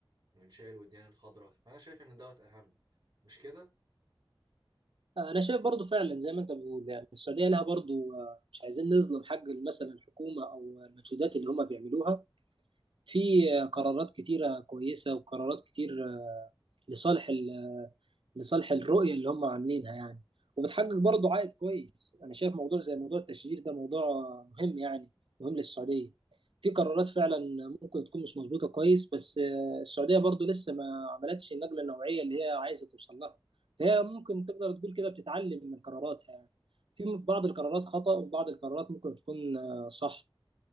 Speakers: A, on the right; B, on the right.
A: وانشاء الوديان الخضراء فانا شايف ان دوت اهم مش كده
B: آه، انا شايف برضو فعلا زي ما انت بتقول يعني السعوديه لها برضو آه، مش عايزين نظلم حق مثلا الحكومه او المجهودات اللي هم بيعملوها في آه، قرارات كتيره كويسه وقرارات كتير آه، لصالح لصالح الرؤية اللي هم عاملينها يعني وبتحقق برضه عائد كويس أنا شايف موضوع زي موضوع التشجير ده موضوع مهم يعني مهم للسعودية في قرارات فعلا ممكن تكون مش مظبوطة كويس بس آه، السعودية برضه لسه ما عملتش النقلة النوعية اللي هي عايزة توصل لها فهي ممكن تقدر تقول كده بتتعلم من قراراتها يعني في بعض القرارات خطأ وبعض القرارات ممكن تكون آه، صح